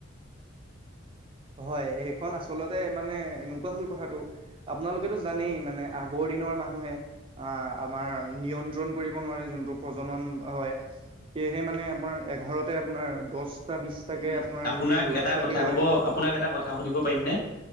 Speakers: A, on the left (about 45°); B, on the right (about 25°).
A: <inaudible>
B: হয় এইখন আচলতে মানে এনেকুৱা হল কথাটো আপোনালোকেেতটো জানেই মানে আগৰ- মানুহে আহ আমাৰ নিয়ন্ত্ৰণ কৰিব নোৱাৰে যোনটো প্ৰজনন হয়। সেয়েহে মানে আপোনাৰ এঘাৰতে আপোনাৰ দহটা বিশটাকে
A: উম,
B: আপোনাৰ
A: আপোনাক
B: যদি ল'ৰা-
A: এটা
B: ছোৱালী
A: কথা
B: হয়
A: ক'ব আপোনাক এটা কথা সুধিব পাৰিমনে।